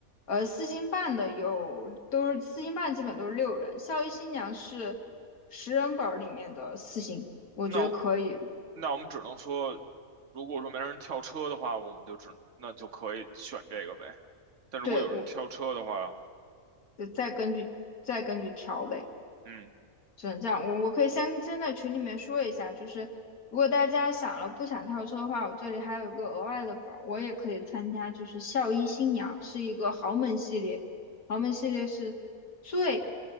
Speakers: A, on the left; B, on the right.
A: 呃，四星半的有都是四星半，基本都是六人。《校育新娘》是十人本儿里面的四星，我觉得可以。
B: 那我那我们只能说，如果说没人跳车的话，我们就只那就可以选这个呗。但如果有人跳车的话，
A: 对，我再根据再根据调呗。
B: 嗯，
A: 只能这样。我我可以先先在群里面说一下，就是如果大家想了不想跳车的话，我这里还有一个额外的宝，我也可以参加，就是校医新娘是一个豪门系列，豪门系列是最